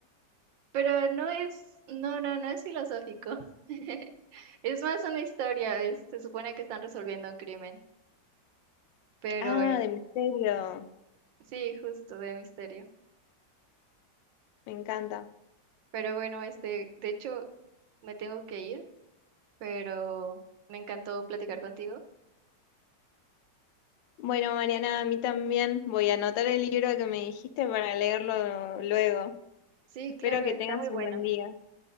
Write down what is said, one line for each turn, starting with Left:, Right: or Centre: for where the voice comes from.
Right: pero no es, no, no, no es filosófico. <laughs> Es más una historia, es- se supone que están resolviendo un crimen, pero
Left: Ah,
Right: eh,
Left: de misterio.
Right: sí, justo de misterio.
Left: Me encanta.
Right: Pero bueno, este, de hecho, me tengo que ir, pero me encantó platicar contigo.
Left: Bueno, Mariana, a mí también voy a anotar el libro que me dijiste para leerlo luego.
Right: Sí,
Left: Espero
Right: claro,
Left: que
Right: está
Left: tengas
Right: muy bueno.
Left: un buen día. <laughs>